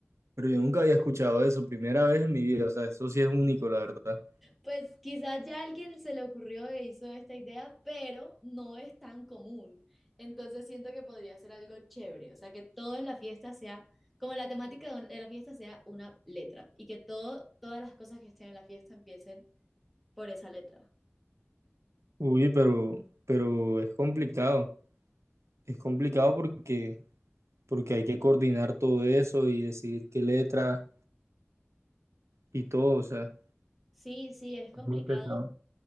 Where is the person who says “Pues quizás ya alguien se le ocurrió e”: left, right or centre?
Centre